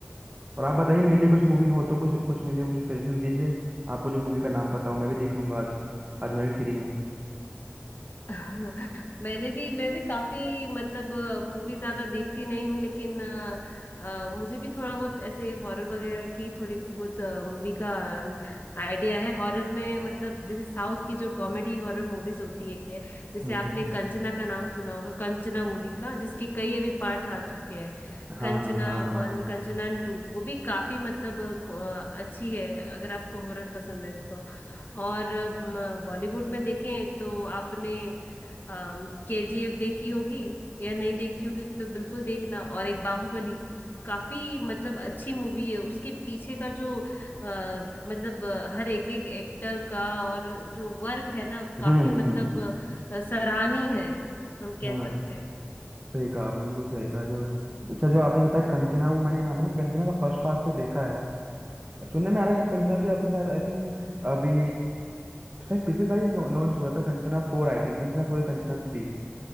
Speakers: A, on the right; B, on the left.
A: और आप बताइए मेरे लिए कुछ
B: अच्छा
A: मूवी हो तो कुछ कुछ मेरे लिए मुझे सजेशन दीजिए आपको जो मूवी का नाम पता हो मैं भी देख लूंगा आज आज मैं भी फ्री हूँ
B: <laughs> मैंने भी मैं भी काफी मतलब मूवी ज्यादा देखती नहीं हूँ लेकिन अ, अ, मुझे भी थोड़ा बहुत ऐसे हॉरर वगैरह की थोड़ी बहुत मूवी का आइडिया है हॉरर में मतलब जैसे साउथ की जो कॉमेडी हॉरर मूवीज होती है जैसे
A: हम्म
B: आपने
A: हम्म
B: कंचना का नाम सुना होगा कंचना मूवी का जिसके कई अभी पार्ट्स आ चुके हैं
A: हाँ
B: कंचना
A: हाँ हाँ हाँ
B: वन कंचना टू वो भी काफी मतलब अ, अच्छी है अगर आपको हॉरर पसंद है तो और बॉलीवुड में देखें तो आपने केजीएफ देखी होगी या नहीं देखी होगी तो बिल्कुल देखना और एक बाहुबली काफी मतलब अच्छी मूवी है उसके पीछे का जो अ, मतलब अ, हर एक एक एक्टर का और जो वर्क है ना
A: हम्म
B: काफी
A: हम्म,
B: मतलब
A: हम्म।
B: अ, सराहनीय है हम कह
A: हाँ
B: सकते हैं
A: सही कहा आपने बिल्कुल सही कहा जो अच्छा जो आपने बताया कंचना वो मैंने हाँ मैंने कंचना का फर्स्ट पार्ट तो देखा है सुनने में आ रहा है कि कंचना के अभी शायद आई थिंक अभी शायद पिछले साल लॉन्च हुआ था Kanchana four I think Kanchana four Kanchana three